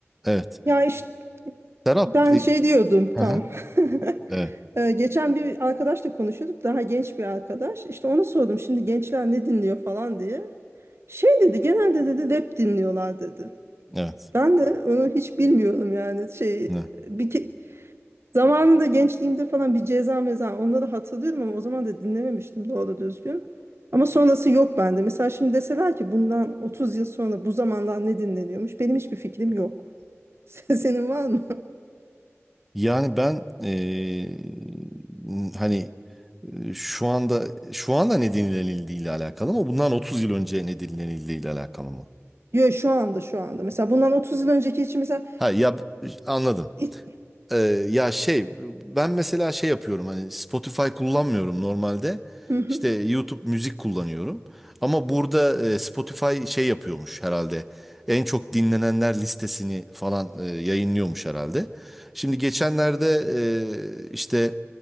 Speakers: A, in the centre; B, on the right.
A: Evet.
B: Ya işte
A: Serap,
B: ben
A: e,
B: şey diyordum
A: hı
B: tam.
A: hı,
B: <laughs>
A: evet,
B: Ee, Geçen bir arkadaşla konuşuyorduk. Daha genç bir arkadaş. İşte ona sordum şimdi gençler ne dinliyor falan diye. Şey dedi genelde dedi rap dinliyorlar dedi.
A: evet.
B: Ben de onu hiç bilmiyorum yani şey
A: evet.
B: bir ke- zamanında gençliğimde falan bir ceza meza onları hatırlıyorum ama o zaman da dinlememiştim doğru düzgün. Ama sonrası yok bende. Mesela şimdi deseler ki bundan 30 yıl sonra bu zamandan ne dinleniyormuş? Benim hiçbir fikrim yok. <laughs> Senin var mı?
A: Yani ben e, hani e, şu anda şu anda ne dinlenildiği ile alakalı mı? Bundan 30 yıl önce ne dinlenildiği ile alakalı mı?
B: Yo, şu anda şu anda. Mesela bundan 30 yıl önceki için mesela
A: Ha ya anladım.
B: İ-
A: Ee, ya şey ben mesela şey yapıyorum hani Spotify kullanmıyorum normalde
B: Hı hı,
A: işte YouTube müzik kullanıyorum ama burada e, Spotify şey yapıyormuş herhalde en çok dinlenenler listesini falan e, yayınlıyormuş herhalde. Şimdi geçenlerde e, işte